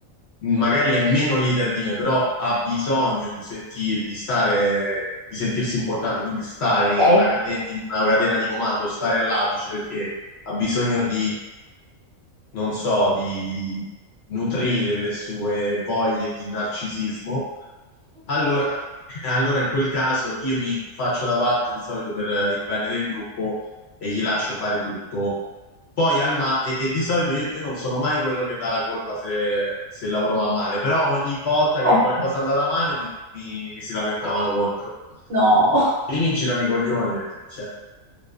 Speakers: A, on the left; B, on the right.
A: magari è meno leader di me, però ha bisogno di sentir, di stare, di sentirsi importante, quindi stare in
B: Ok.
A: una cate- in una catena di comando, stare all'apice perché ha bisogno di, non so, di nutrire le sue voglie di narcisismo allora, <laughs> allora in quel caso io mi faccio da parte di solito per eh, il bene del gruppo e gli lascio fare tutto. Poi al ma- e, e di solito io, io non sono mai quello che dà la colpa se, se il lavoro va male, però ogni volta che
B: Oh,
A: qualcosa è andata male mi, mi- mi si lamentavano contro.
B: no,
A: Lì mi girano i coglioni perché cioè, mi